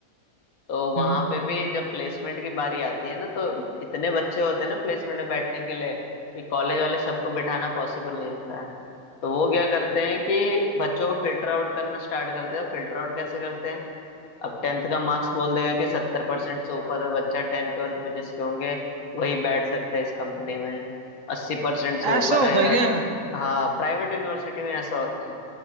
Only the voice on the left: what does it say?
तो वहां
पे भी जब प्लेसमेंट की बारी आती है ना तो इतने बच्चे होते हैं ना प्लेसमेंट में बैठने के लिए कि कॉलेज वाले सबको बिठाना पॉसिबल नहीं होता है तो वो क्या करते हैं कि बच्चों को फिल्टर आउट करना स्टार्ट करते हैं फिल्टर आउट कैसे करते हैं अब टेंथ का मार्क्स बोल देगा कि सत्तर परसेंट से ऊपर बच्चा टेंथ ट्वेल्थ में जिसके होंगे वही बैठ सकता है इस कंपनी में अस्सी परसेंट से ऊपर
रहेगा
हाँ प्राइवेट यूनिवर्सिटी में ऐसा होता है